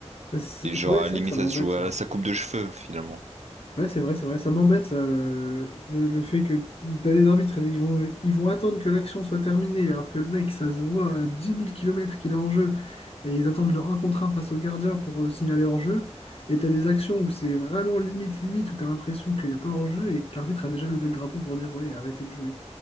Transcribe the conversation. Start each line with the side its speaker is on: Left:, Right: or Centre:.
Left: Bah, c'est-
Right: Et genre,
Left: c'est- ouais,
Right: à
Left: c'est
Right: la
Left: vrai
Right: limite,
Left: que ça m'embête,
Right: ça se joue
Left: ça.
Right: à sa coupe de cheveux, finalement.
Left: Ouais, c'est vrai, c'est vrai. Ça m'embête, ça, euh, le, le fait que t'as des arbitres, ils vont, ils vont attendre que l'action soit terminée, alors que le mec, ça se voit à 10 000 km qu'il est hors jeu, et ils attendent leur 1 contre un face au gardien pour euh, signaler hors jeu. Et t'as des actions où c'est vraiment limite, limite, où t'as l'impression qu'il n'y a pas hors jeu et que l'arbitre a déjà levé le drapeau pour dire, ouais, arrêtez de jouer.